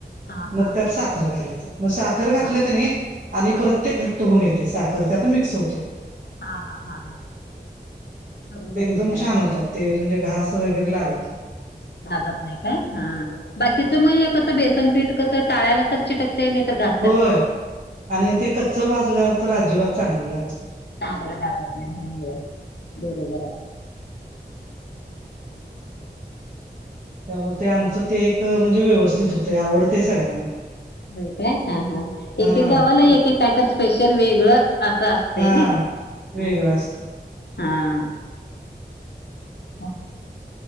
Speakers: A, on the left (about 70°); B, on the right (about 50°).
A: हा
B: मग
A: हा
B: त्यात
A: हा
B: साखर
A: हा
B: घालायच. मग साखर घातल
A: हा
B: क नाही. आणि
A: हा
B: परत ते घट्ट होऊन येते. साखर त्यात मिक्स होते.
A: हा हा हा हा करून
B: ते
A: बघते
B: एकदम
A: घ्या
B: छान
A: नक्की
B: होत्यात ते म्हणजे घास वगैरे लागत नाही.
A: भाजत नाही काय? हा बाकीच मग कसं बेसन पीठ कस टाळ्याला तर चिटकते. नाही तर घ
B: होय आणि ते कच्च भाजल्यावर तर अजिबात चांगले लागत नाही.
A: चांगलं लागत नाही हो बरोबर.
B: त्यामुळे ते आमचं ते एक म्हणजे व्यवस्थित होतय आवडतंय सगळ्यांना
A: बय हा हा
B: हा
A: एके गावाला एक काय तर स्पेशल वेगळं असं असत. तेने
B: हा वेगळं
A: ह
B: असते
A: हा. हा.